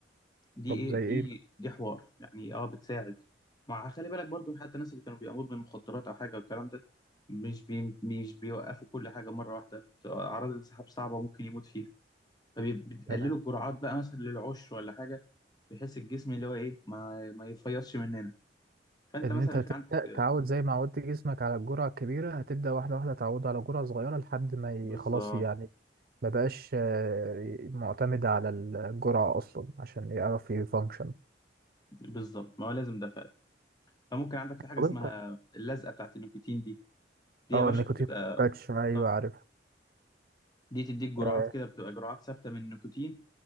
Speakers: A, on the left (about 20°); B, on the right (about 50°).
A: دي
B: طب
A: ايه
B: زي ايه
A: دي دي حوار يعني اه بتساعد مع خلي بالك برضو حتى الناس اللي كانوا بيقاموا من مخدرات او حاجه والكلام ده مش بي مش بيوقفوا كل حاجه مره واحده بت- اعراض الانسحاب صعبه ممكن يموت فيها فبيقللوا
B: مثلا
A: الجرعات بقى مثلا للعشر ولا حاجه بحيث الجسم اللي هو ايه ما ما يفيضش مننا فانت
B: ان
A: مثلا
B: انت تبدا
A: في عندك
B: تعود زي ما عودت جسمك على الجرعه الكبيره هتبدا واحده واحده تعود على جرعه صغيره لحد ما ي-
A: بالظبط
B: خلاص يعني ما بقاش آه، معتمد على الجرعه اصلا عشان يعرف يفانكشن
A: بالظبط ما هو لازم ده فعلا فممكن عندك في حاجه
B: طب
A: اسمها
B: انت
A: اللزقه بتاعت النيكوتين دي دي
B: اه
A: يا باشا
B: النيكوتين
A: بتبقى
B: باتش ايوه
A: بالظبط
B: عارفها
A: دي تديك جرعات
B: آه
A: كده بتبقى جرعات ثابته من النيكوتين